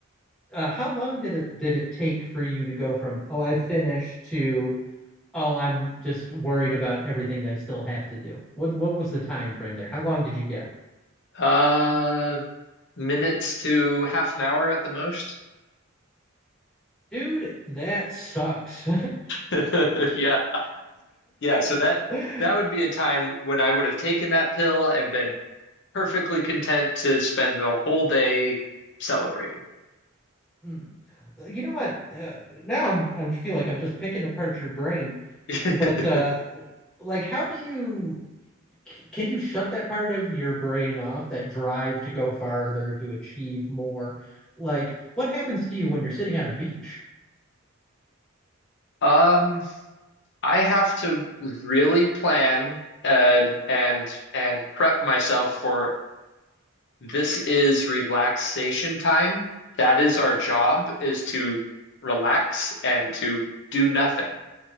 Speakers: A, in the centre; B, on the left.
A: uh, how long did it did it take for you to go from, "Oh, I finished" to "Oh, I'm just worried about everything I still have to do"? What what was the time frame there? How long did you get?
B: uh minutes to half an hour at the most.
A: dude, that sucks.
B: <laughs> yeah. Yeah, so that
A: <laughs>
B: that would be a time when I would have taken that pill and been perfectly content to spend the whole day celebrating.
A: Hmm. You know what? Uh, now I'm i feel like I'm just picking apart your brain,
B: <laughs>
A: Uh, but uh, like, how do you? can you shut that part of your brain off, that drive to go farther, to achieve more? Like, what happens to you when you're sitting on a beach?
B: Um, I have to really plan and and and prep myself for this is relaxation time. That is our job is to relax and to do nothing.